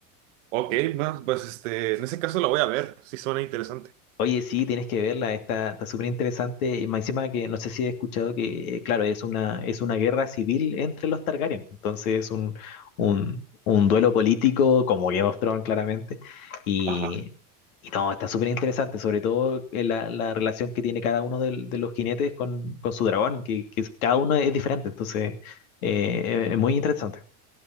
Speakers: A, on the right; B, on the left.
A: Ok, bueno, pues este, en ese caso la voy a ver, sí suena interesante.
B: Oye, sí, tienes que verla, está, está súper interesante. Y más encima que no sé si he escuchado que, eh, claro, es una, es una guerra civil entre los Targaryen. Entonces es un, un, un duelo político como Game of Thrones, claramente. Y,
A: Ajá.
B: y no, está súper interesante, sobre todo eh, la, la relación que tiene cada uno del- de, los jinetes con, con su dragón, que, que es- cada uno es diferente. Entonces eh, es es muy interesante.